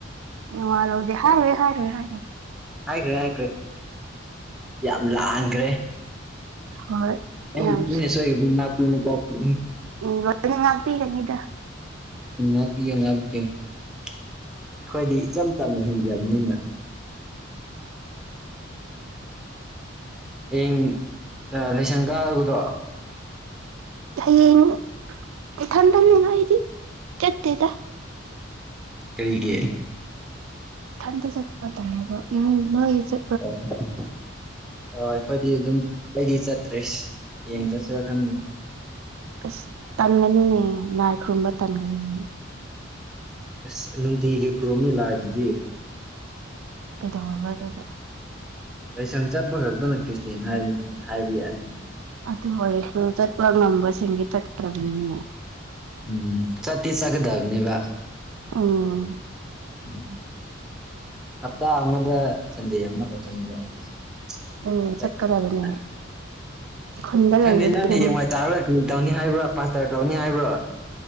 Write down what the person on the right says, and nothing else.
ꯅꯋꯥ ꯂꯧꯗꯦ ꯍꯥꯏꯔꯣꯏ ꯍꯥꯏꯔꯣꯏ ꯍꯥꯏꯔꯣꯏ
ꯍꯣꯏ
ꯌꯥꯝ
ꯎꯝ ꯂꯣꯏꯅ ꯉꯥꯛꯄꯤꯒꯅꯤꯗ
ꯍꯌꯦꯡ ꯏꯊꯟꯇꯅꯤꯗꯥ ꯑꯩꯗꯤ ꯆꯠꯇꯦꯗ
ꯏꯊꯟꯇꯥ ꯆꯠꯄ ꯇꯟꯕ ꯎꯝ ꯅꯣꯏꯒꯤꯖꯨ
ꯑꯁ ꯇꯟꯒꯅꯨꯅꯦ ꯂꯥꯏ ꯈꯨꯔꯨꯝꯕ ꯇꯟꯒꯅꯨꯅꯦ
ꯀꯩꯗꯧꯔꯕ ꯑꯗꯨꯗꯤ
ꯑꯗꯨ ꯑꯣꯏꯔꯁꯨ ꯆꯠꯄ ꯉꯝꯕꯁꯤꯡꯒꯤ ꯆꯠꯀꯗꯕꯅꯤꯅꯦ
ꯎꯝ
ꯎꯝ ꯆꯠꯀꯗꯕꯅꯦ ꯈꯨꯟꯗ ꯂꯩꯕꯗꯤ
ꯑꯗꯨꯝ